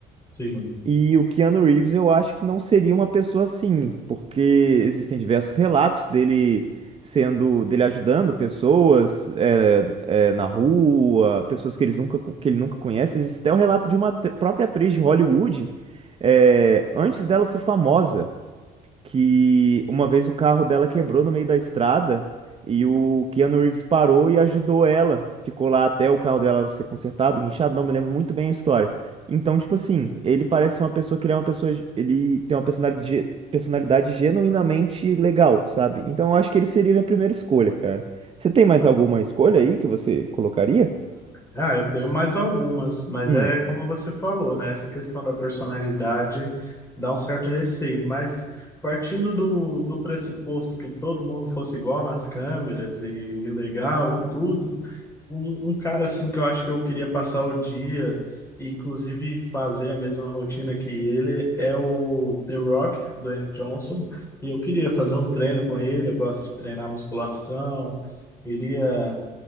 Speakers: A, on the left (about 15°); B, on the right (about 35°).
A: Sim.
B: E o Keanu Reeves, eu acho que não seria uma pessoa assim, porque existem diversos relatos dele sendo, dele ajudando pessoas é, é, na rua, pessoas que, eles nunca, que ele nunca conhece. Existe até o relato de uma atri- própria atriz de Hollywood, é, antes dela ser famosa que uma vez o carro dela quebrou no meio da estrada e o Keanu Reeves parou e ajudou ela. Ficou lá até o carro dela ser consertado, guinchado, não me lembro muito bem a história. Então, tipo assim, ele parece uma pessoa que ele é uma pessoa, ele tem uma personalidade, personalidade genuinamente legal, sabe? Então, eu acho que ele seria minha primeira escolha, cara. Você tem mais alguma escolha aí que você colocaria?
A: Ah, eu tenho mais algumas, mas
B: Hum.
A: é como você falou, né? Essa questão da personalidade dá um certo receio, mas partindo do, do pressuposto que todo mundo fosse igual nas câmeras e, e legal e tudo, um, um cara assim que eu acho que eu queria passar o dia e inclusive fazer a mesma rotina que ele é o The Rock, do Dwayne Johnson, e eu queria fazer um treino com ele, eu gosto de treinar musculação, iria